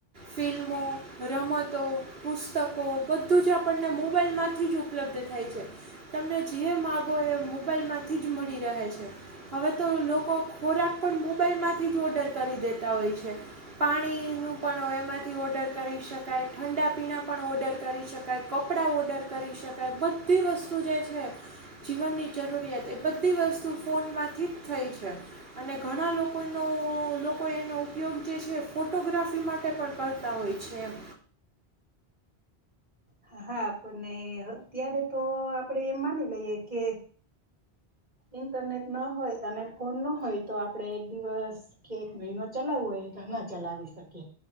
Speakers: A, on the right; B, on the right.
A: ફિલ્મો, રમતો, પુસ્તકો બધું જ આપણને મોબાઈલમાંથી જ ઉપલબ્ધ થાય છે તમને જે માગો એ મોબાઈલમાંથી જ મળી રહે છે હવે તો લોકો ખોરાક પણ મોબાઈલમાંથી જ ઓડર કરી દેતા હોય છે. પાણીનું પણ એમાંથી ઓડર કરી શકાય, ઠંડા પીણા પણ ઓર્ડર કરી શકાય, કપડાં ઓડર કરી શકાય, બધી વસ્તુ જે છે જીવનની જરૂરિયાત એ બધી વસ્તુ ફોનમાંથી જ થઈ છે. અને ઘણા લોકોનો લોકો એનો ઉપયોગ જે છે ફોટોગ્રાફી માટે પણ કરતા હોય છે એમ.
B: હા હા આપને અત્યારે તો આપડે એમ માની લઈએ કે ઇન્ટરનેટ ના હોય અને ફોન ના હોય તો આપડે એક દિવસ કે એક મહિનો ચલાવવો હોય તો ના ચલાવી શકીએ